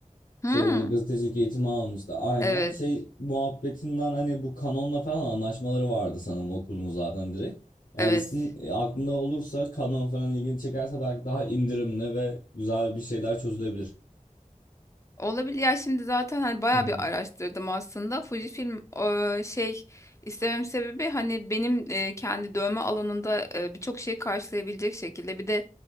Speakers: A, on the left; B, on the left.
A: Hmm,
B: Şeyde de gazetecilik eğitimi almıştı. Aynen.
A: evet,
B: Şey muhabbetinden hani bu kanonla falan anlaşmaları vardı sanırım okulun zaten direkt. Eğer
A: evet.
B: isim e, aklında olursa kanon falan ilgini çekerse belki daha indirimli ve güzel bir şeyler çözülebilir.
A: Olabilir. Ya şimdi zaten hani bayağı
B: Hı hı
A: bir araştırdım aslında. Fujifilm e, şey istemem sebebi hani benim e, kendi dövme alanında e, birçok şeyi karşılayabilecek şekilde bir de